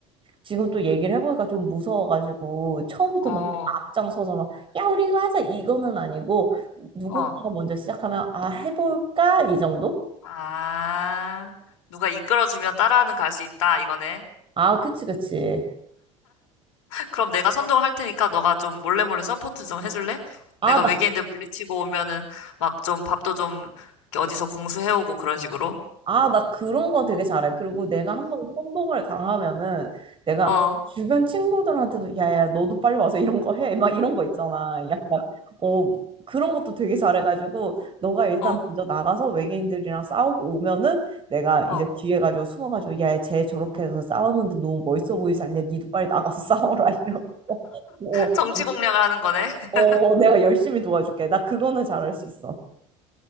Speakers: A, on the right; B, on the left.
A: 지금 또 얘기를 해보니까 좀 무서워가지고 처음부터
B: 어,
A: 막 내가 앞장서서 막 야 우리 이거 하자 이거는 아니고 누군가가
B: 어.
A: 먼저 시작하면 아 해볼까 이 정도?
B: 아, 누가 이끌어주면 따라하는 갈 수 있다, 이거네.
A: 아 그치 그치
B: 그럼 내가 선동을 할 테니까 너가 좀 몰래 몰래 서포트 좀 해줄래?
A: 아나
B: 내가 외계인들 물리치고 오면은 막 좀 밥도 좀 이렇게 어디서 공수해오고 그런 식으로.
A: 아, 나 그런 거 되게 잘해. 그리고 내가 한번 선동을 당하면은 내가
B: 어,
A: 주변 친구들한테도 야야 너도 빨리 와서 이런 거 해. 막 이런 거 있잖아. 약간 어 그런 것도 되게 잘해가지고 너가 일단
B: 어,
A: 먼저 나가서 외계인들이랑 싸우고 오면은 내가
B: 어.
A: 이제 뒤에 가지고 숨어가지고 야쟤 저렇게 해서 싸우는데 너무 멋있어 보이지 않냐? 니도 빨리 나가서 <laughs> 싸워라 이런 거. 어,
B: 정치 공략을 하는 거네. <laughs>
A: 어, 내가 열심히 도와줄게. 나 그거는 잘할 수 있어.